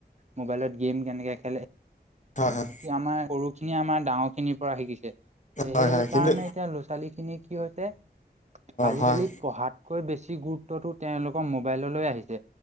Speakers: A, on the right (about 40°); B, on the left (about 45°).
A: মোবাইলত গেম কেনেকে খেলে?
B: হয় হয়
A: আমাৰ সৰুখিনিয়ে আমাৰ ডাঙৰ খিনিৰ পৰা শিকিছে,
B: হয়
A: সেই
B: হয় কিন্তু
A: কাৰণে এতিয়া ল'ৰা ছোৱালী খিনিক কি হৈছে আজিকালি
B: হয়
A: পঢ়াতকৈ বেছি গুৰুত্বটো তেওঁলোকৰ মোবাইললৈ আহিছে।